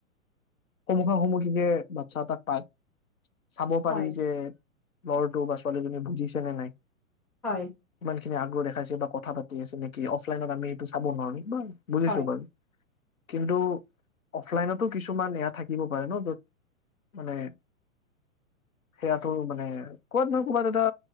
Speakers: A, on the left; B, in the centre.
A: সন্মুখা সন্মুখিকে বাচ্ছা তাক পায়। চাব পাৰি
B: হয়
A: যে ক'ৰবাত ছোৱালী দিয়ে বুজিছে চনে নাই?
B: হয়
A: খি আগ্ৰহ দেখাইছে বা কথা পাতি আছে নেকি অফলাইনত আমি এইটো চাব নোৱাৰোম ব বুজিছো
B: হয়
A: বাৰু কিন্তু অফলাইনতো কিছুমান এয়া থাকিব পাৰে ন য'ত মানে সেয়াটো মানে কত নহ ক'বাত এটা